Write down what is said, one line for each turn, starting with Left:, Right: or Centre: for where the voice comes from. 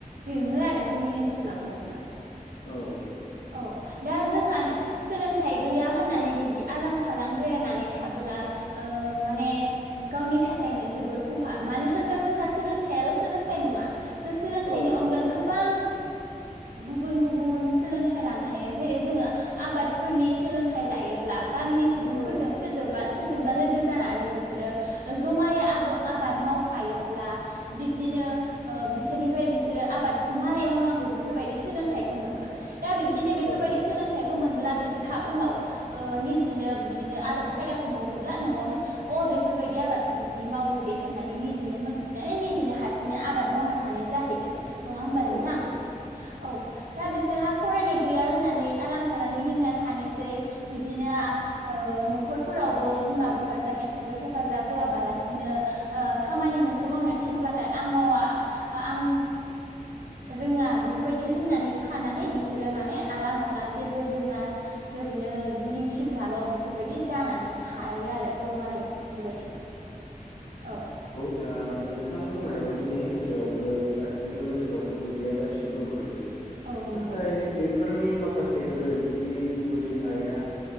Right: दोङो आरो जोंनि ओनसोलावबो नोंथां
Left: औ
Right: औ दा जोंहानो सोलों- थाइ गैया होननानै बिबदि आलां फालां बेरायनानै थाबोला ओ माने गावनि नि थाखायनो जोबोर खहा मानो होनब्ला जोंहा सोलोंथाइयाल' सोलोंथाइ नङा जों सोलोंथाइनि
Left: औ
Right: अनगा गोबां गुबुन गुबुन गुबुन सोलोंथाइ लानो हायो जेरै जोङो आबादफोरनि सोलोंथाइ लायोब्ला गामिनि सुबुंफोरजों
Left: औ
Right: सोरजोंबा सोरजोंबा लोगो जानानै बिसोरो ओ जमायै आबा आबाद मावफायोब्ला बिब्दि बिसोरनिफ्राय बिसोरो आबादखौ मारै मावनांगौ बेफोरबायदि सोलोंथाइ खौ मोनगोन दा बिब्दिनो बेफोरबायदि
Left: औ
Right: सोलोंथाइ खौ मोनब्ला बिसोरहा उनाव ओ निजिनो बिबदिनो आदब खायदाखौ मोनजोबब्ला न'आवनो बेफोरबायदि आबादखौ बिब्दि मावो दे होननानै निजिनो मोनथिनानै निजिनो हारसिङै आबाद मावनो हानाय जाहै- -गो नङा होमबा
Left: औ
Right: नोंथां औ दा बिसोरहा फरायनाय गैया होननानै आलां फालां गिदिंना थानोसै बिब्दिनो न'खरफोरावबो बिमा बिफाजों एसेबो हेफाजाब होआबालासिनो खामानि मोनसे मावनो थाखाय थिनब्लाथाय आं मावा आं रोङा बेफोरबायदि होननानै थानानै बिसोरो माने आलां फालां जेबो रोङा ओरैनो गिदिं थिंग्राल' बेफोर बेबायदि जानानै थायो आरो दं आरो बेफोरबायदिनो औ
Left: ओ दा नोंथां बुंनाय बायदिनो जेरावबो गासिनिबो ओनसोलावथ' बिदिया गासिबो दंखायो
Right: औ नंगौ
Left: नाथाय बेफोरनि माखासे गोरोन्थि बुजिनाया